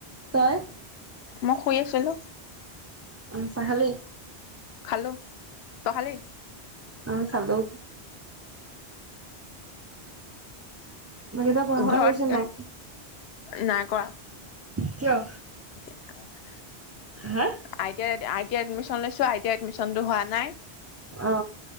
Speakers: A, on the right; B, on the left.
A: তই
B: মই শুই আছিলো।
A: অ চাহ খালি?
B: খালো তই খালি?
A: উম খালো। বাকী তই পঢ়া শুনা
B: ঘৰত
A: কৰিছ নাই
B: নাই <unintelligible>
A: কিয়
B: <unintelligible>
A: হা
B: আইতাই-আই টি আইট এমিশন লৈছো আই টি আইত এডমিশনটো হোৱা নাই।
A: অ